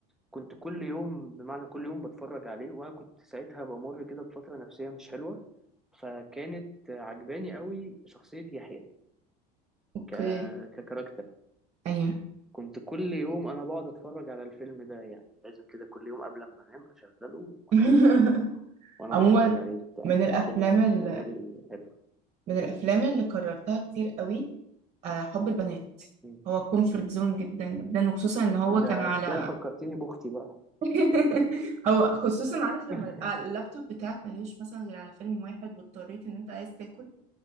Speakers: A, in the centre; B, on the right.
A: كنت كل يوم بمعنى كل يوم بتفرج عليه وأنا كنت ساعتها بمر كده بفترة نفسية مش حلوة فكانت عجباني قوي شخصية يحيى
B: اوكي
A: ك... ككاركتر
B: ايوه
A: كنت كل يوم انا بقعد اتفرج على الفيلم ده يعني لازم كده كل يوم قبل ما انام اشغله وانام
B: <laughs>
A: و- وانا
B: عموما
A: بتفرج عليه وبتاع
B: من
A: كان
B: الافلام
A: فيلم بالنسبه
B: ال...
A: لي حلو
B: من الافلام اللي كررتها كتير قوي آه، حب البنات
A: مم.
B: هو كومفورت زون جدا جدا وخصوصا ان هو
A: ده
B: كان على
A: انت كده فكرتيني باختي بقى
B: <laughs> هو خصوصا عارف لما
A: <laughs>
B: يبقى اللابتوب بتاعك ملهوش مثلا غير على فيلم واحد واضطريت ان انت عايز تاكل